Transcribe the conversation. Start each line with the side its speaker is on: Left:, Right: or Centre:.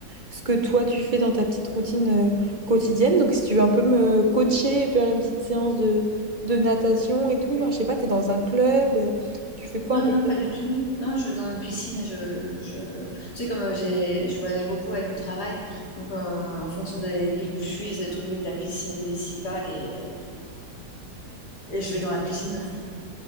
Right: ce que toi, tu fais dans ta petite routine. euh, quotidienne. Donc, si tu veux un peu me coacher et faire une petite séance de, de natation et tout, je sais pas, tu es dans un club, euh, tu fais quoi
Left: Non,
Right: un peu?
Left: non, pas du tout. Non, je dans une piscine, je, je... Tu sais, comme euh, j'ai, je voyage beaucoup avec mon travail, donc euh, en fonction des villes où je suis, j'ai trouvé de la piscine municipale et, euh, et je vais dans la piscine. <laughs>